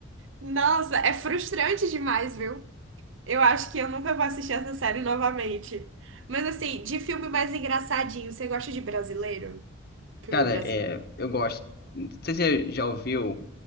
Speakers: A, on the right (about 75°); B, on the left (about 50°).
A: Nossa, é frustrante demais, viu? Eu acho que eu nunca vou assistir essa série novamente. Mas assim, de filme mais engraçadinho, você gosta de brasileiro? Filme
B: Cara,
A: brasileiro?
B: é, eu gosto. Não sei se você já ouviu